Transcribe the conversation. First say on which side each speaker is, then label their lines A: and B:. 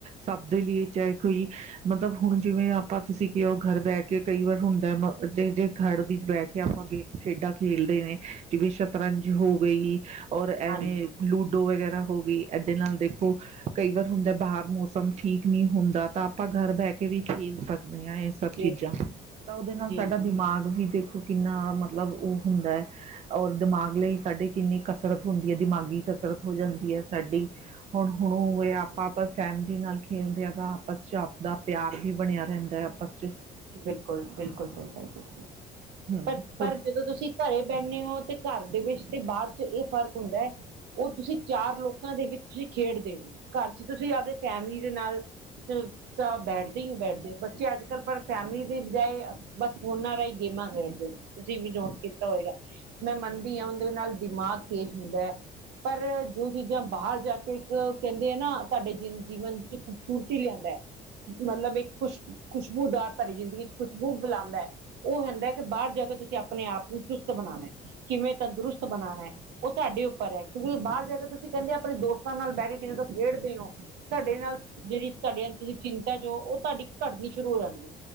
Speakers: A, on the right (about 40°); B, on the right (about 85°).
A: ਸਭ ਦੇ ਲਈ ਚਾਹੇ ਕੋਈ ਮਤਲਬ ਹੁਣ ਜਿਵੇਂ ਆਪਾਂ ਤੁਸੀਂ ਕਿ ਹੋ ਗਰ ਬਹਿ ਕੇ ਕਈ ਵਾਰ ਹੁੰਦਾ ਜ ਜੇ ਗਰ ਵਿੱਚ ਬਹਿ ਕੇ ਆਪਾਂ ਖੇਡਾਂ ਖੇਲਦੇ ਨੇ ਜਿਵੇਂ ਸ਼ਤਰੰਜ ਹੋ ਗਈ ਔਰ ਐਵੇਂ
B: ਹਾਂਜੀ
A: ਲੂਡੋ ਵਗੈਰਾ ਹੋ ਗਈ ਏਦੇ ਨਾਲ ਦੇਖੋ ਕਈ ਵਾਰ ਹੁੰਦਾ ਬਾਹਰ ਮੌਸਮ ਠੀਕ ਨੀ ਹੁੰਦਾ ਤਾਂ ਆਪਾਂ ਘਰ ਬਹਿ ਕੇ ਵੀ ਖੇਲ ਸਕਦੇ ਆ ਇਸ ਸਭ
B: ਜੀ
A: ਚੀਜ਼ਾਂ, ਤਾਂ ਉਹਦੇ ਨਾਲ
B: ਜੀ
A: ਸਾਡਾ
B: ਜੀ
A: ਦਿਮਾਗ ਵੀ ਦੇਖੋ ਕਿੰਨਾ ਮਤਲਬ ਓਹ ਹੁੰਦਾ ਹੈ, ਔਰ ਦਿਮਾਗ ਲਈ ਸਾਡੇ ਕਿੰਨੀ ਕਸਰਤ। ਹੁੰਦੀ ਹੈ ਦਿਮਾਗੀ ਕਸਰਤ ਹੋ ਜਾਂਦੀ ਏ ਸਾਡੀ, ਹੁਣ- ਹੁਣ ਇਹ ਆਪਾਂ ਆਪਾਂ ਫੈਮਲੀ ਨਾਲ ਖੇਡਦੇ ਆ ਤਾਂ ਆਪਸ 'ਚ ਆਪਦਾ ਪਿਆਰ ਵੀ ਬਣਿਆ ਰਹਿੰਦਾ ਆਪਸ 'ਚ।
B: ਬਿਲਕੁਲ- ਬਿਲਕੁਲ ਸਈ ਗੱਲ ਹੈਗੀ ਏ,
A: ਹੂੰ
B: ਪਰ-ਪਰ
A: ਹੋਰ
B: ਜਦੋਂ ਤੁਸੀਂ ਘਰੇ ਬਹਿੰਣੇ ਹੋ ਤੇ ਘਰ ਦੇ ਵਿੱਚ, ਤੇ ਬਾਹਰ ਚ ਇਹ ਫਰਕ ਹੁੰਦਾ ਹੈ, ਉਹ ਤੁਸੀਂ ਚਾਰ ਲੋਕਾਂ ਦੇ ਵਿੱਚ ਹੀ ਖੇਡਦੇ ਹੋ, ਘਰ ਚ ਤੁਸੀਂ ਆਪਦੇ ਫੈਮਿਲੀ ਦੇ ਨਾਲ ਤਾਂ ਬੈਠਦੇ ਹੀ ਬੈਠਦੇ ਆ ਬੱਚੇ ਅੱਜ ਕੱਲ ਫੇਰ ਫੈਮਿਲੀ ਦੀ ਬਜਾਏ ਬਸ ਫੋਨਾਂ ਰਾਹੀਂ ਗੇਮਾਂ ਖੇਡਦੇ ਹੋ ਤੁਸੀਂ ਵੀ ਗੋਰ ਕੀਤਾ ਹੋਏਗਾ। ਮੈਂ ਮੰਨਦੀ ਹਾਂ ਉਹਦੇ ਨਾਲ ਦਿਮਾਗ ਤੇਜ਼ ਹੁੰਦਾ ਏ। ਪਰ ਜੋ ਚੀਜ਼ਾਂ ਬਾਹਰ ਜਾ ਕੇ ਇੱਕ ਕਹਿੰਦੇ ਆ ਨਾ, ਤੁਹਾਡੇ ਜਿ ਜੀਵਨ ਚ ਖੂਬਸੂਰਤੀ ਲਿਆਂਦਾ। ਮਤਲਬ ਇੱਕ ਖੁਸ਼ ਖੁਸ਼ਬੂਦਾਰ ਤੁਹਾਡੀ ਜ਼ਿੰਦਗੀ ਚ ਖੁਸ਼ਬੂ ਫੈਲਾਉਂਦਾ ਏ, ਉਹ ਹੁੰਦਾ ਕਿ ਬਾਹਰ ਜਾ ਕੇ ਤੁਸੀਂ ਆਪਣੇ ਆਪ ਨੂੰ ਚੁਸਤ ਬਣਾਣਾ ਐ। ਕਿਵੇਂ ਤੰਦਰੁਸਤ ਬਣਾਣਾ ਐ, ਉਹ ਤੁਹਾਡੇ ਉੱਪਰ ਹੈ ਕਿਉਂਕਿ ਬਾਹਰ ਜਾ ਕੇ ਤੁਸੀਂ ਕਹਿੰਦੇ ਆਪਣੇ ਦੋਸਤਾਂ ਨਾਲ ਬੈਕੈ ਤੁਸੀਂ ਖੇਡਦੇ ਓਹ। ਤੁਹਾਡੇ ਨਾਲ ਜਿਹੜੀ ਤੁਹਾਡੇ ਅੰਦਰਲੀ ਚਿੰਤਾ ਚ ਹੋ ਉਹ ਤੁਹਾਡੀ ਘੱਟਣੀ ਸ਼ੁਰੂ ਹੋ ਜਾਂਦੀ ਆ।